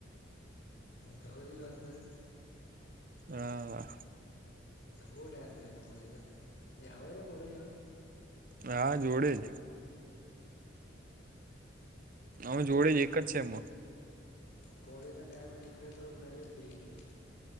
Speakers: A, on the left; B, on the right.
A: હ ધવલ ની વાત કરે.
B: હા.
A: બહુ ટાઈમ થયો મલયો એ આવે છે કોલેજ હવે?
B: હા જોડે જ. અમે
A: એ
B: જોડે
A: તો
B: એક જ છે સેમાં.
A: કોલેજ ના ટાઈમે નીકળ્યા ખરો પણ નડિયાદ બી ગયો.